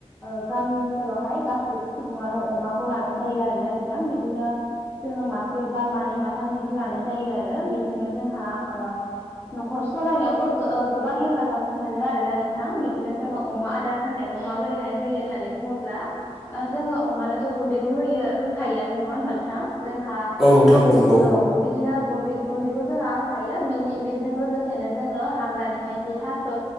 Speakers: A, on the left; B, in the centre.
A: ओ गामि ओनसोलावहाय गासैबो सुबुङानो अमाखौ लानाय जायो आरो ना नोंथां बिदिनो जोङो मासे बा मानै माथाम बिदि लानाय जायो आरो बेजोंनो जोंहा ओ न'खर सलायनायावबो गो ओ गोबां हेफाजाब मोनो आरोना नोंथां बिदिनो जोङो अमा आदार होनाय माबोरैहाय होयो होननानै बुङोब्ला ओ जोङो अमानोथ' गुन्दैखौ होयो होखायोयानो नङा होनबा नोथां। जोंहा
B: औ नोंथां नंगौ
A: औ बिदिनो गुन्दै गुन्दैखौ जोंहा होखायो बिनि बेजों लोगोसेनो जोङो हाग्रानिफ्राय जि थास'